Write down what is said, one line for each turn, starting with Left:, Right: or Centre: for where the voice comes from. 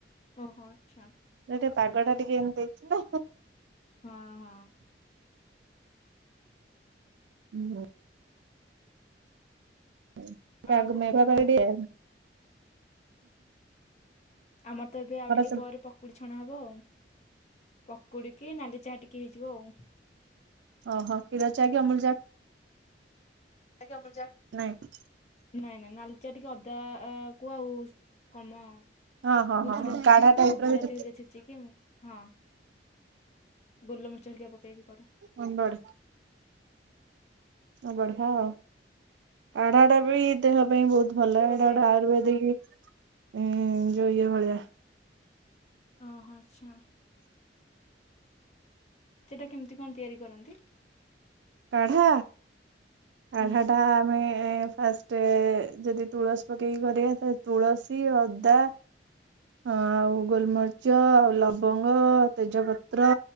Left: ଓହୋ ଆଚ୍ଛା
Right: ଟିକେ ପାଗ ଟା ଟିକେ ଏମିତି ଦେଇଛି ନା
Left: ହଁ ହଁ।
Right: ହୁଁ। ସେଇଟା
Left: ଆଉ
Right: ଆଗେ ମେଘୁଆ
Left: କଣ କୁହନ୍ତୁ
Right: ପାଗ ଟିଏ
Left: ଆମର ତ ଏବେ ଆଉ ଟିକେ
Right: ସବୁ
Left: ପରେ ପ୍ ପକୁଡି ଛଣା ହବ ଆଉ। ପକୁଡିକି ନାଲି ଚାହା ଟିକେ ହେଇଯିବ ଆଉ।
Right: ଓହୋ କ୍ଷୀର ଚା କି ଅମୂଲ ଚ଼ା?
Left: ଆଜ୍ଞା ଅମୂଲ୍ ଚା।
Right: ନାଇଁ।
Left: ନାଇଁ ନାଇଁ ନାଲିଚା ଟିକେ ଅଦା ଆ କୁ ଆଉ ସ୍ କଁ ମ
Right: ହଁ ହଁ
Left: ଗୁଜୁରାତ୍
Right: ହଁ କାଢା ଟାଇପ
Left: ଗୁଜୁରାତି
Right: ର ହେଇଛି।
Left: ହେରିକା ଛେଛିକି ଉଁ ଗୋଲମରିଚ ହେରିକା ପକେଇକି କରୁ।
Right: ହଁ ବଢ଼ ହଁ ବଢିଆ ଆଉ କାଢ଼ା ଟା ବି ଦେହ ପାଇଁ ବହୁତ ଭଲ
Left: ଦେହ
Right: ଏଇଟା
Left: ପାଇଁ
Right: ଗୋଟେ
Left: ବହୁତ
Right: ଆୟୁର୍ବେଦିକ ଉଁ ଯୋଉ ଇଏ ଭଳିଆ
Left: ହଁ ହ ଆଚ୍ଛା। ସେଟା କେମିତି କଣ ତିଆରି କରନ୍ତି?
Right: କାଢା କାଢା
Left: ହୁଁ
Right: ଟା ଆମେ ଫାଷ୍ଟ୍ ଟେ ଯଦି ତୁଳସୀ ପକେଇକି କରିବା ତାହେଲେ ତୁଳସୀ, ଅଦା ଅ ଆଉ ଗୋଲମରିଚ ଆଉ ଲବଙ୍ଗ, ତେଜପତ୍ର